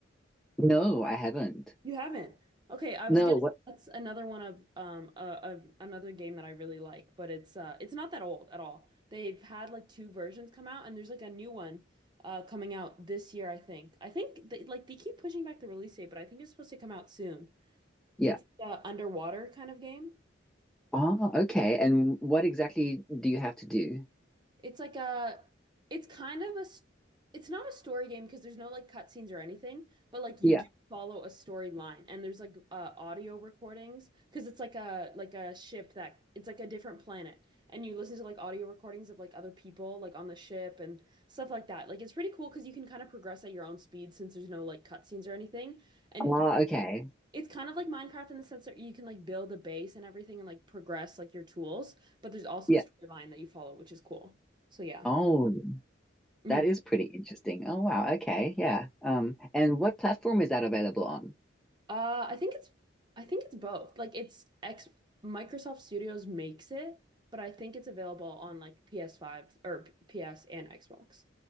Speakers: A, in the centre; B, on the right (about 25°).
A: no, I haven't.
B: You haven't. Okay, I was
A: No,
B: gonna
A: what?
B: say that's another one of um uh, of another game that I really like, but it's uh it's not that old at all. They've had like two versions come out, and there's like a new one uh coming out this year, I think. I think they, like they keep pushing back the release date, but I think it's supposed to come out soon.
A: Yeah.
B: It's a underwater kind of game.
A: Ah, okay. And what exactly do you have to do?
B: It's like a, it's kind of a, s- it's not a story game because there's no like cutscenes or anything, but like you
A: Yeah.
B: do follow a storyline and there's like uh, audio recordings because it's like a like a ship that it's like a different planet and you listen to like audio recordings of like other people like on the ship and stuff like that. Like it's pretty cool because you can kind of progress at your own speed since there's no like cutscenes or anything. And
A: Ah, okay.
B: it's kind of like Minecraft in the sense that you can like build a base and everything and like progress like your tools, but there's also
A: Yeah.
B: a storyline that you follow, which is cool. So yeah.
A: Oh,
B: Mhm.
A: that is pretty interesting. Oh, wow. Okay. Yeah. Um, and what platform is that available on?
B: Uh, I think it's I think it's both. Like it's X Microsoft Studios makes it, but I think it's available on like PS5 or P- PS and Xbox.